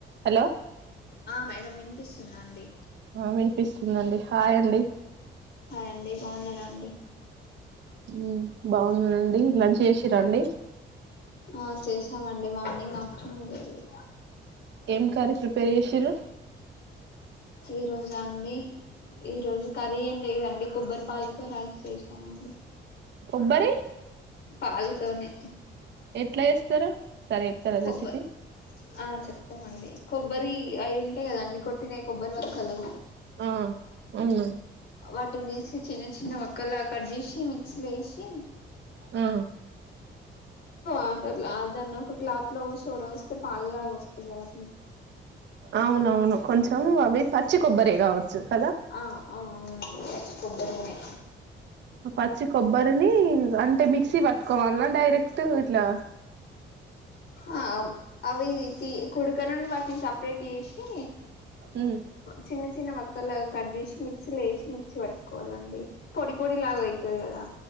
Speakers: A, on the right; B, on the left.
A: Hello
B: ఆ madam వినిపిస్తుందా అండి
A: ఆ వినిపిస్తుందండి హాయ్ అండి
B: హాయ్ అండి బాగున్నారా అండి
A: ఉమ్ బాగున్నారండి లంచ్ జేసిరా అండి
B: ఆ చేసామండి మార్నింగ్ ఆఫ్టర్నూన్ జేయలే
A: ఏం కర్రీ ప్రిపేర్ జేసిర్రు
B: ఈ రోజా అండి ఈ రోజు కర్రీ ఏం లేదండి కొబ్బరిపాలతో రైస్ చేసామండి
A: కొబ్బరి
B: పాలుతోనే
A: ఎట్లా చేస్తారు ఒకసారి చెప్తారా
B: కొబ్బ
A: రెసిపీ
B: ఆ చెప్తామండి కొబ్బరి అవి ఉంటాయి కదండి కొట్టినాయి కొబ్బరి వక్కలు
A: ఆ అవును
B: వాటిని తీసి చిన్న చిన్న వక్కలాగా కట్ చేసి మిక్సీ లో వేసి
A: ఆ
B: అట దాన్ని ఒక క్లాత్ లో చూడ వస్తే పాల లాగా వస్తాయి కదా
A: అవునవును కొంచెం అవి పచ్చి కొబ్బరి కదా
B: ఆ ఆ అవును పచ్చి కొబ్బరి నే
A: పచ్చి కొబ్బరిని అంటే మిక్సీ పట్టుకోవాల డైరెక్ట్ ఇట్లా
B: ఆ అవి తి కొడుక నుండి వాటిని సపరేట్ చేసి
A: ఉమ్
B: చిన్న చిన్న మక్కలాగా కట్ చేసి మిక్సీలో వేసి మిక్సీ పట్టుకోవాలండి. పొడి పొడి లాగా అయితది కదా